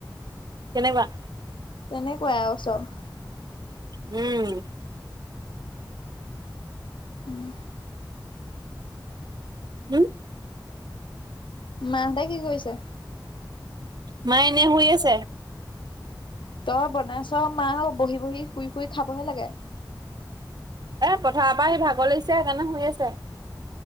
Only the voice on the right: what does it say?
কেনেকুৱা।
উম।
উম।
মা এনে শুই আছে।
এ পথাৰৰ পৰা সি ভাগৰ লাগিছে সেইকাৰণে শুই আছে।